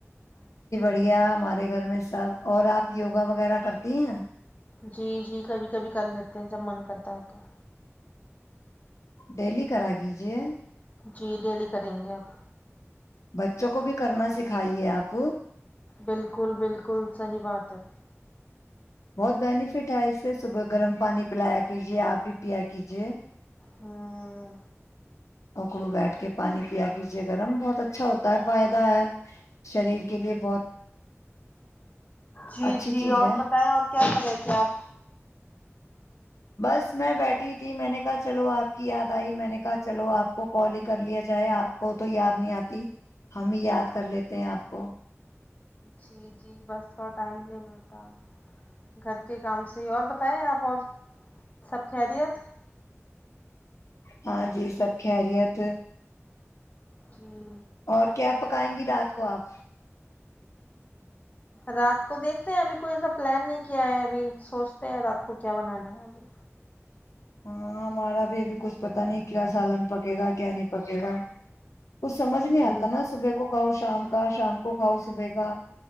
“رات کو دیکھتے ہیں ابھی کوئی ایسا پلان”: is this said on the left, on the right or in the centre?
Left